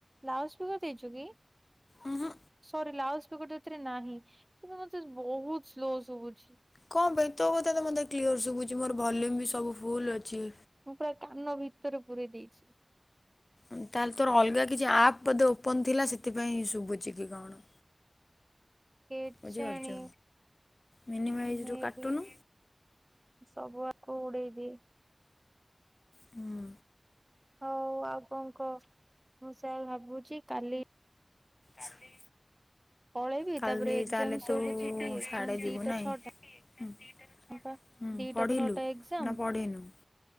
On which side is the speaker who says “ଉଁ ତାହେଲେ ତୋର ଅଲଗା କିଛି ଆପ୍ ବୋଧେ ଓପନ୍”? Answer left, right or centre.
Left